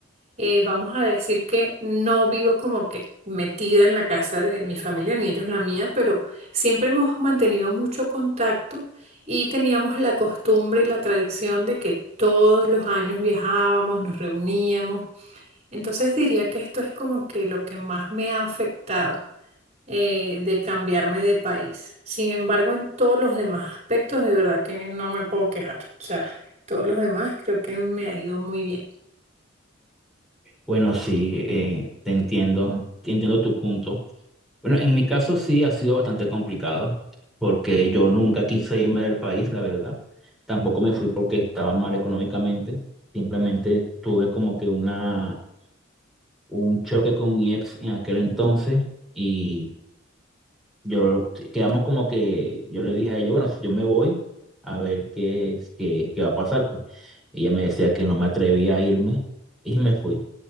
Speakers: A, on the right; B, in the centre.
A: Eh, vamos a decir que no vivo como que metida en la casa de mi familia, ni ellos la mía, pero siempre hemos mantenido mucho contacto y teníamos la costumbre y la tradición de que todos los años viajábamos, nos reuníamos. Entonces diría que esto es como que lo que más me ha afectado eh, de cambiarme de país. Sin embargo, en todos los demás aspectos, de verdad que no me puedo quejar. O sea, todos los demás creo que me ha ido muy bien.
B: Bueno, sí, eh, te entiendo, te entiendo tu punto. Bueno, en mi caso sí ha sido bastante complicado, porque yo nunca quise irme del país, la verdad. Tampoco me fui porque estaba mal económicamente. Simplemente tuve como que una, un choque con mi ex en aquel entonces y yo quedamos como que yo le dije a ella, bueno, si yo me voy a ver qué, es- qué, qué va a pasar, pues. Ella me decía que no me atrevía a irme y me fui.